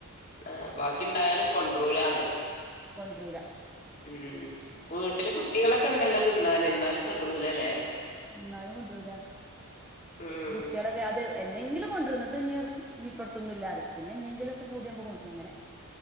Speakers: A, on the left (about 40°); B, in the centre.
A: ആഹ് ബാക്കിണ്ടായാലും കൊണ്ടറൂലന്ന്
B: കൊണ്ടരൂല
A: ഉം വീട്ടില് കുട്ടിയാൾ ഒക്കെ ഇണ്ടല്ലോ തിന്നാന്ന് ഇന്നാലും കൊണ്ടരുല്ല ല്ലേ
B: ന്നാലും കൊണ്ടുരുല്ല
A: ഉം
B: കുട്ടികളക്കെ എന്നെങ്കിലും കൊണ്ടുരും എന്നിട്ട് ഇനി പറയും ഇപ്പറത്തൊന്നുംല്ല പറയും പിന്നെന്തെങ്കിലുക്കെ പൂതിയാവ്പോ കൊണ്ടുരും അങ്ങനെ <inaudible>